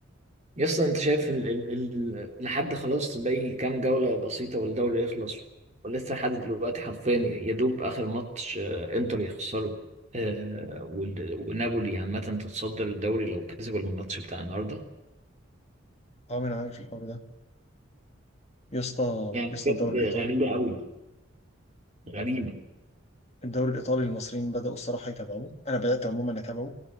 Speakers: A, on the right; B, on the left.
A: يس انت شايف ال... ال... ال... لحد خلاص باقي كام جوله بسيطه والدوري يخلص ولسه لحد دلوقتي حرفيا يدوب اخر ماتش آه، انتر يخسره آه، وال... ونابولي عامه تتصدر الدوري لو كسب الماتش بتاع النهارده
B: عمري ما عارف الحوار ده يا اسطى
A: يعني
B: يا اسطى
A: بجد
B: الدوري الايطالي
A: غريبه قوي غريبه
B: الدوري الايطالي المصريين بداوا الصراحه يتابعوه انا بدات عموما اتابعه